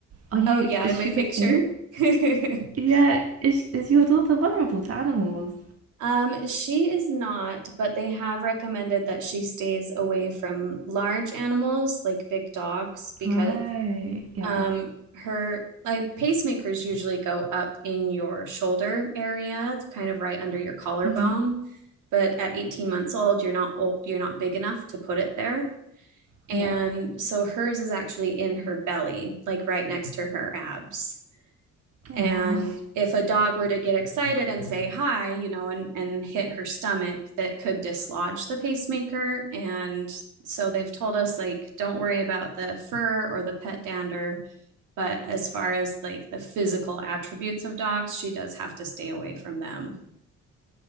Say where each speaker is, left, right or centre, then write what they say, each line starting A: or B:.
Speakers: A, on the right; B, on the right.
A: are you,
B: Oh yeah,
A: is
B: in my
A: she
B: picture.
A: the same?
B: <laughs>
A: Yeah, is, is your daughter vulnerable to animals?
B: Um, she is not, but they have recommended that she stays away from large animals like big dogs because
A: Right, yeah.
B: Um, her like pacemakers usually go up in your shoulder area, kind of right under your collarbone.
A: Mm-hmm.
B: But at 18 months old, you're not old, you're not big enough to put it there. And
A: Yeah.
B: so hers is actually in her belly, like right next to her abs
A: Aw,
B: and if a dog were to get excited and say hi you know and, and hit her stomach that could dislodge the pacemaker and so they've told us like don't worry about the fur or the pet dander but as far as like the physical attributes of dogs she does have to stay away from them